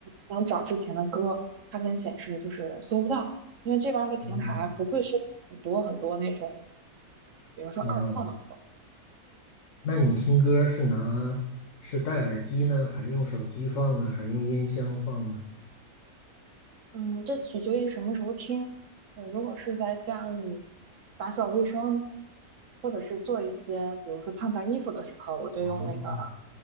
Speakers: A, on the right; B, on the left.
A: 想找之前的歌，它跟显示就是搜不到，因为这边儿的平台不会收很多很多那种，
B: 嗯，
A: 比如说二创的歌。
B: 哦，那你听歌是拿是戴耳机呢，还是用手机放呢，还是用音箱放呢？
A: 嗯，这取决于什么时候听。呃，如果是在家里打扫卫生，或者是做一些，比如说烫烫衣服的时候，我就用那个
B: 哦。